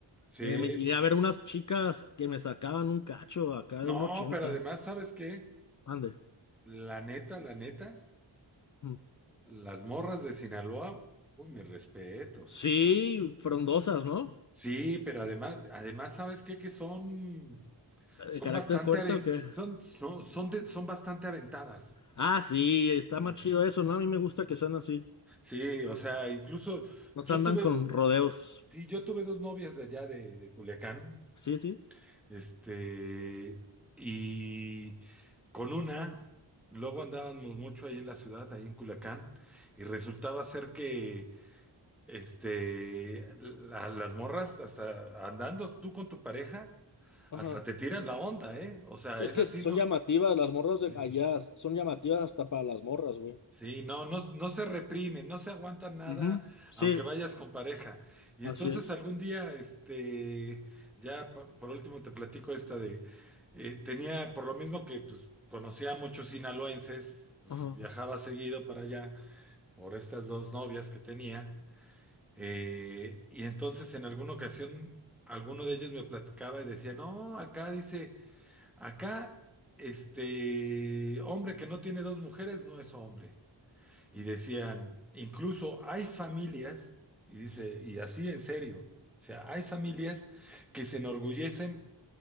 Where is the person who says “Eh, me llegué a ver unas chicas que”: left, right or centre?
Left